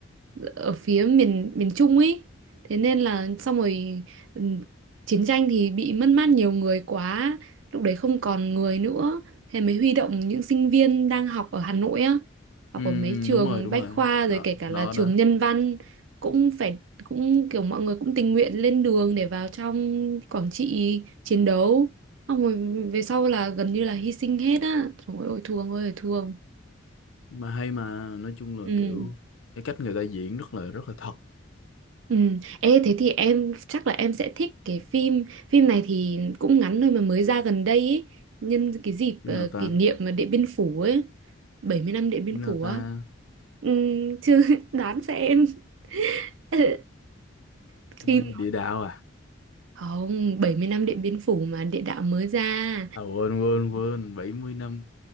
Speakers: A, on the right; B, on the left.
A: ở phía miền miền Trung ấy thế nên là xong rồi ừm, chiến tranh thì bị mất mát nhiều người quá lúc đấy không còn người nữa thế mới huy động những sinh viên đang học ở Hà Nội á học
B: Ừm,
A: ở mấy trường
B: đúng rồi đúng
A: Bách
B: rồi
A: Khoa
B: nó
A: rồi kể cả
B: nó
A: là trường
B: đó
A: Nhân Văn cũng phải cũng kiểu mọi người cũng tình nguyện lên đường để vào trong Quảng Trị chiến đấu Xong rồi về sau là gần như là hy sinh hết á. Trời ơi, thương ơi, là thương.
B: mà hay mà nói chung là
A: Ừ.
B: kiểu cái cách người ta diễn rất là rất là thật
A: Ừ. Ê, thế thì em chắc là em sẽ thích cái phim phim này thì cũng ngắn thôi mà mới ra gần đây ý. Nhân cái dịp
B: phim
A: ờ,
B: nào ta
A: kỷ niệm mà Điện Biên Phủ ấy, 70 năm Điện Biên
B: phim nào
A: Phủ
B: ta
A: á. Ừ, chứ <laughs> đoán xem <laughs>
B: Phim
A: phim
B: tên gì? Địa Đạo à
A: không 70 năm Điện Biên Phủ mà địa đạo mới ra
B: À, quên quên quên bảy mươi năm